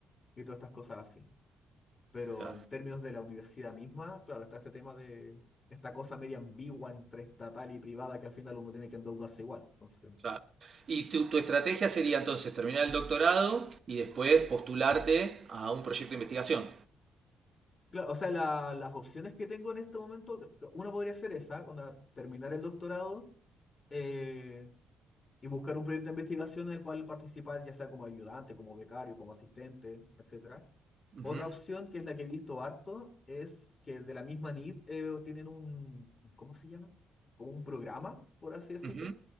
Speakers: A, on the left (about 35°); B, on the right (about 45°).
A: y todas estas cosas así. Pero
B: claro,
A: en términos de la universidad misma, claro, está este tema de esta cosa media ambigua entre estatal y privada que al final uno tiene que endeudarse igual. Entonces,
B: claro. Y tu, tu estrategia sería entonces terminar el doctorado y después postularte a un proyecto de investigación.
A: claro, o sea, la- las opciones que tengo en este momento, que- que uno podría ser esa, onda, terminar el doctorado eh, y buscar un proyecto de investigación en el cual participar, ya sea como ayudante, como becario, como asistente, etc. Otra
B: Ujú,
A: opción, que es la que he visto harto, es que de la misma NID eh, tienen un, ¿cómo se llama? Como un programa, por así decirlo,
B: ujú.